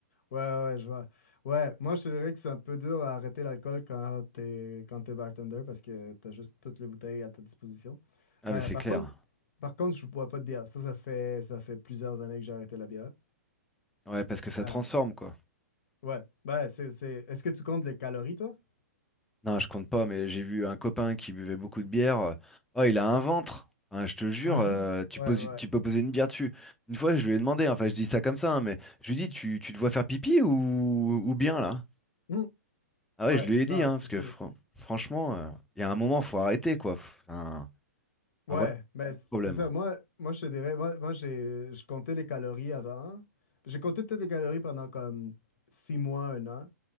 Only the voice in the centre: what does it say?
Ah,
mais c'est
clair.
Ouais, parce que ça
transforme, quoi.
Non, je compte pas, mais j'ai vu un copain qui buvait beaucoup de bière. euh, Oh, il a un ventre. Hein, je te jure,
euh, tu
poses,
tu peux poser une bière dessus. Une fois, je lui ai demandé, hein, enfin, je dis ça comme ça, hein, mais je lui ai dit, tu, tu te vois faire pipi ou, ou bien là?
Ah ouais,
je lui ai
dit, hein,
parce
que fran- franchement, euh, il y a un moment, faut arrêter, quoi. Enfin,
Ah, voilà,
c'est un autre
problème.